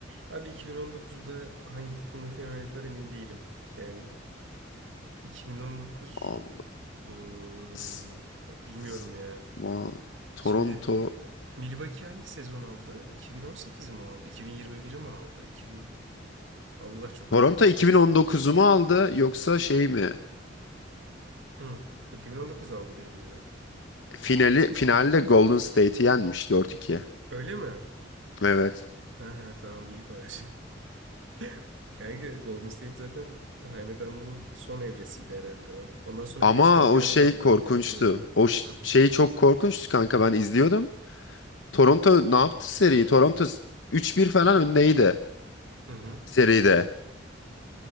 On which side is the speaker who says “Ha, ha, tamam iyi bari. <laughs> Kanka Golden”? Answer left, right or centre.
Right